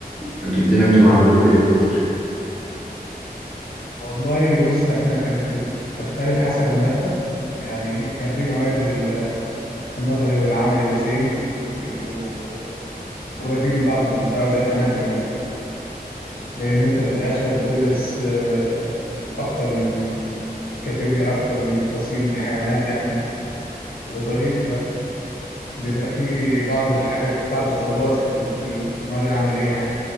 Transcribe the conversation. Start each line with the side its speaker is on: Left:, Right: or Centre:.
Centre: انتوا الدنيا بتبقى عندكم ايه في بيطري
Left: والله بص احنا كانت بتختلف حسب الماده يعني كان في مواد ال- النظري والعملي ذا سيم بيبقوا قريبين من بعض في المستوى زي الاناتومي مثلا لان انت في الاخر بتدرس آه، اكتر من كاتيجوري اكتر من فصيل من الحيوانات يعني بطريقه بيبقى في بعض الحاجات بعض الصعوبات في ال- في ال- في المواد العمليه يعني